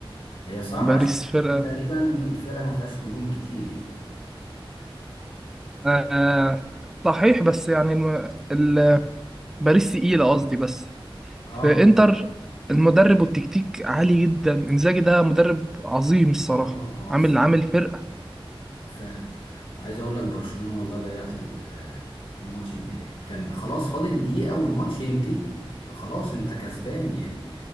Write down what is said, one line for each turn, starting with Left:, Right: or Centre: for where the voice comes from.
Left: هي صعبة
Centre: باريس
Left: عشان
Centre: فرقة
Left: تقريبا الفرقة ما فيهاش نجوم كتير يعني
Centre: آه آه، صحيح بس يعني الم... ال... باريس تقيلة قصدي بس
Left: اه
Centre: في انتر
Left: دي
Centre: المدرب والتكتيك عالي جدا انزاجي ده مدرب عظيم الصراحة
Left: اه اه
Centre: عامل
Left: الصراحة
Centre: عامل فرقة
Left: فعلا عايز اقول لك برشلونة والله ضيعت ال- آه، الماتش من ايديها كان خلاص فاضل دقيقة والماتش ينتهي خلاص انت كسبان يعني